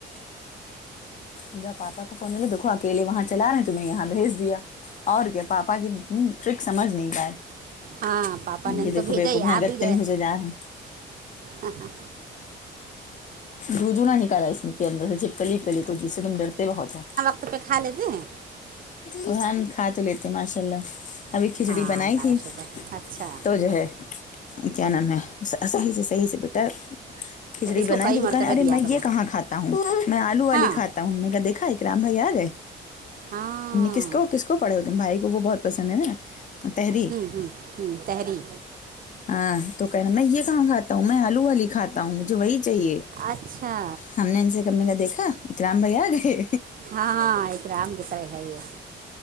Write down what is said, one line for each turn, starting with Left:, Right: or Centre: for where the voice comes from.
Left: مجھا پاپا کا فون دیکھو اکلے وہاں چلا رہے ہیں تمہیں یہاں بھیج دیا اور کیا پاپا کی ت ٹرک سمجھ نہیں پائے
Right: ہاں پاپا نے ان
Left: یہ دیکھو
Right: کو بھیجا
Left: بیوقوف
Right: یہ
Left: یہاں گتے
Right: ابھی گئے
Left: میں گھسے جا رہے ہیں
Right: ہاں ہاں
Left: روجو نہ نکالا اس نے کے اندر سے جپ کلی پلی کوچ جس سے تم ڈرتے بہت ہو
Right: تب تک کھا لیتے ہیں
Left: رحان کھا تو لیتے ہیں ماشاء اللہ ابھی کھچڑی
Right: ہاں
Left: بنائی
Right: اللہ
Left: تھی
Right: کا شکر اچھا
Left: تو جو ہے کیا نام ہے صحیح سے صحیح سے بیٹا کھچڑی
Right: اس
Left: بنائی
Right: کو کئی
Left: تھی
Right: مرتبہ
Left: تو کہنے ارے
Right: دیا
Left: میں
Right: کرو
Left: یہ کہاں کھاتا ہوں میں آلو والی
Right: ہاں
Left: کھاتا ہوں نے کہ دیکھا ہے اکرام بھائی آ گئے
Right: ہاں
Left: کس کو کس کو پڑے ہو تم بھائی کو وہ بہت پسند ہے نا تحریر
Right: ہم ہم ہم تحری
Left: ہاں تو کہ نا میں یہ کہاں کھاتا ہوں میں آلو والی کھاتا ہوں مجھے وہی چاہیے
Right: اچھا
Left: ہم نے ان سے کمنے کا دیکھا اکرام بھائی آ گئے
Right: ہاں ہاں ایک اکرام کی طرح ہے یہ